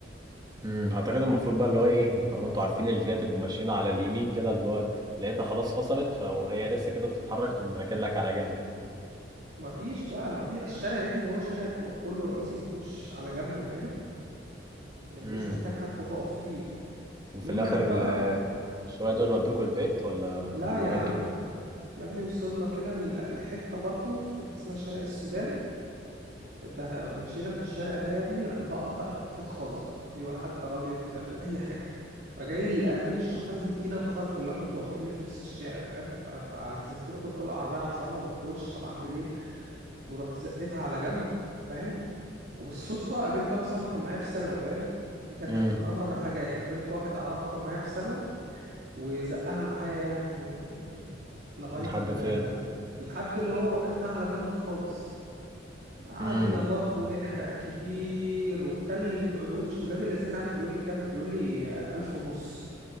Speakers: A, on the right (about 20°); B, on the right (about 55°).
A: امم اعتقد المفروض بقى اللي هو ايه طالما انتوا عارفين اللي فيها تبقوا ماشيين على اليمين كده اللي هو لقيتها خلاص فصلت فهي لسه كده بتتحرك تقوم راكن لك على جنب
B: مفيش بقى مفيش الشارع يا ابني هو شارع ط- كله رئيسي مفهوش على جنب فاهم يعني مفهوش
A: امم
B: مكان حتى تقف فيه
A: وفي
B: المهم
A: الاخر
B: راحت بقى
A: ال- شويه دول ودوكوا البيت ولا
B: لا
A: ولا
B: يا
A: عملتوا
B: عم
A: ايه
B: يا ابني وصلنا كده ل- لحتة برضه في حتة اسمها شارع السودان ده مشينا في الشارع ده يا ابني راح بقى قطعت قطعت خالص بقى دي ولا حتى راضية تعمل أي حاجة فجاي ال- أمين الشرطة عايز يدينا مخالفة اللي هو احنا انتوا واقفين ليه في نص الشارع فاهم ف- فنزلت له قلت له العربية عطلانة ما بتدورش طب أعمل إيه ورحت زقتها على جنب فاهم وبالصدفة قابلت واحد صاحبي كان معايا في ثانوي فاهم دي كانت
A: امم
B: من أغرب الحاجات قابلت واحد أعرفه كان معايا في ثانوي وزقها معايا يعني لغاية
A: لحد فين
B: آه، لحد اللي هو وقفنا على جنب خالص قعدنا
A: امم
B: برضو نحرق كتير ومكلم بتوع الونش ولاد الذين عارف بيقول لي كام بيقول لي آه، ألف ونص